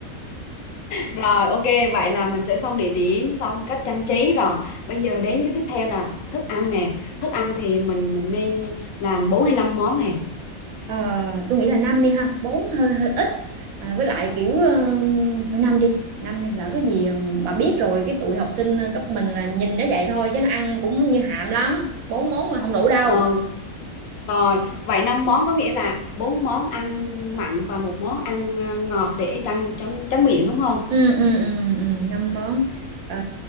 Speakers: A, on the left; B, on the right.
A: rồi ok vậy là mình sẽ xong địa điểm xong cách trang trí rồi bây giờ đến cái tiếp theo là thức ăn nè thức ăn thì mình nên làm bốn hay năm món hè
B: Ờ, tôi nghĩ là năm đi ha bốn hơi hơi ít à, với lại kiểu ờ, thôi năm đi năm này lỡ cái gì ừm, bà biết rồi cái tụi học sinh ờ, cấp mình là nhìn nó vậy thôi chứ nó ăn cũng như hạm lắm bốn món là không đủ đâu
A: Ờ, rồi, vậy năm món có nghĩa là bốn món ăn mặn và một món ăn ờ, ngọt để trăng trắng tráng miệng đúng không?
B: ừ ừ ừ ừ, năm món Ờ,